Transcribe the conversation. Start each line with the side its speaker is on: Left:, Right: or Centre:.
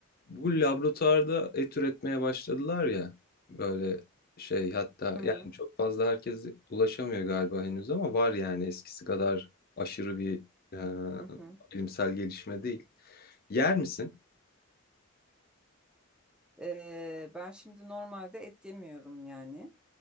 Left: Bu laboratuvarda et üretmeye başladılar ya böyle şey hatta
Centre: Hı
Left: yani çok fazla herkes ulaşamıyor galiba henüz ama var yani eskisi kadar aşırı bir e,
Centre: hı. hı.
Left: bilimsel gelişme değil. Yer misin?
Centre: Ee, ben şimdi normalde et yemiyorum yani.